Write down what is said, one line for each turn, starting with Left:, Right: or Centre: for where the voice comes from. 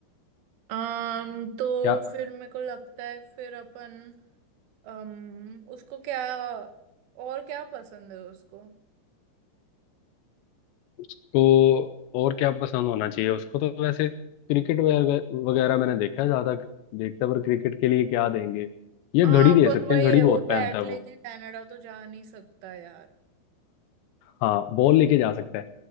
Right: um, तो
Left: क्या
Right: फिर मेरे को लगता है फिर अपन um, उसको क्या और क्या पसंद है उसको
Left: उसको और क्या पसंद होना चाहिए उसको तो वैसे क्रिकेट वगैरह मैंने देखा है ज्यादा देखता पर क्रिकेट के लिए क्या देंगे या
Right: हाँ
Left: घड़ी दे
Right: पर
Left: सकते
Right: वही
Left: हैं घड़ी
Right: है
Left: बहुत
Right: वो
Left: पहनता
Right: बैट
Left: है
Right: लेके
Left: वो
Right: कनाडा तो जा नहीं सकता यार
Left: हाँ बॉल लेके जा सकता है